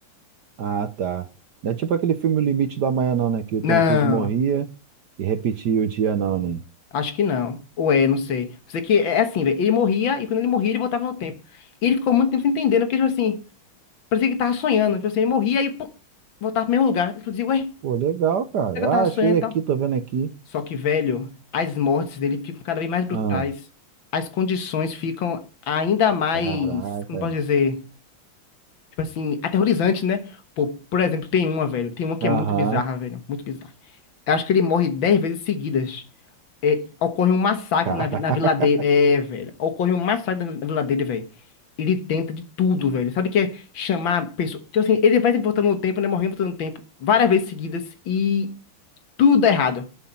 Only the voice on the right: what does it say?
Ah, tá. Não é tipo aquele filme O Limite do Amanhã, não, né? Que o
Tom Cruise morria e repetia o dia, não, né?
Pô, legal, cara.
Ah,
achei
aqui,
tô vendo aqui.
Ah,
caraca.
Aham.
Caraca.
<laughs>